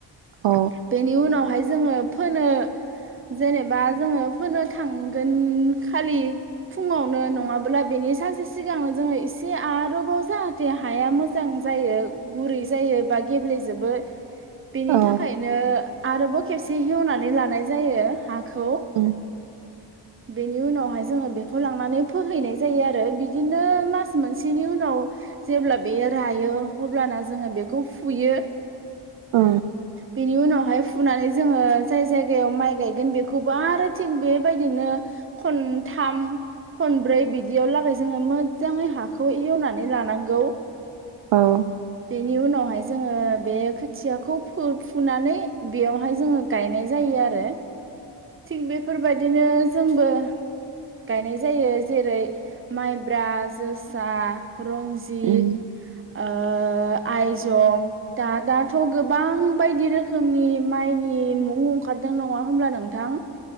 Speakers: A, on the right; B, on the right.
A: औ
B: बेनि उनावहाय जोङो फोनो जेनेबा जोङो फोनो थांगोन खालि फुङावनो नङाब्ला बेनि सानसे सिगांनो जोङो एसे आरोबाव जाहाथे हाया मोजां जायो गुरै जायो बा गेब्लेजोबो बेनि
A: औ
B: थाखायनो आरोबाव खेबसे हेवनानै लानाय जायो हाखौ
A: उम
B: बेनि उनावहाय जोङो बेखौ लांनानै फोहैनाय जायो आरो बिदिनो मास मोनसेनि उनाव जेब्ला बे रायो अब्लाना जोङो बेखौ फुयो
A: औ
B: बेनि उनावहाय फुनानै जोङो जाय जायगायाव माइ गायगोन बेखौबो आरो थिं बे बायदिनो खन्थाम खनब्रै बिदियाव लागै जोङो मोजाङै हाखौ एवनानै लानांगौ
A: औ
B: बेनि उनावहाय जोङो बे खोथियाखौ फुनानै बेयावहाय जोङो गायनाय जायो आरो थिग बेफोरबायदिनो जोंबो गायनाय जायो जेरै माइब्रा जोसा रनजित
A: उम
B: <unintelligible> आइजं दा दाथ' गोबां बायदि रोखोमनि माइनि मुं ओंखारदों नङा होनोमब्ला नों थां